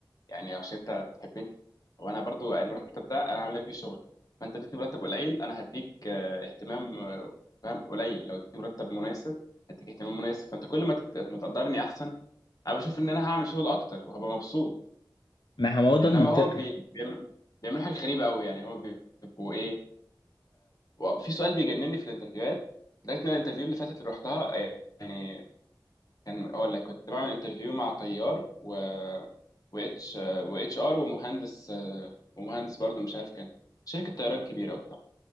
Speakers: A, on the left; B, on the left.
A: يعني أو عشان انت بتحبني وانا برضو المرتب ده انا هعمل لك بيه شغل فانت اديتني مرتب قليل انا هديك آه، اهتمام آه، فاهم قليل لو اديتني مرتب مناسب هديك اهتمام مناسب فانت كل ما تد- ما تقدرني احسن انا بشوف ان انا هعمل شغل اكتر وهبقى مبسوط
B: ما هو ده
A: انما
B: المنطقي
A: هو بي... بيعمل بيعملوا حاجه غريبه قوي يعني هو بيبقوا ايه في سؤال بيجنني في الانترفيوهات لقيت ان الانترفيو اللي فاتت اللي رحتها يعني كان اقول لك كنت بعمل انترفيو مع طيار و واتش واتش ار ومهندس آه، ومهندس برضو مش عارف كان شركه طيران كبيره وبتاع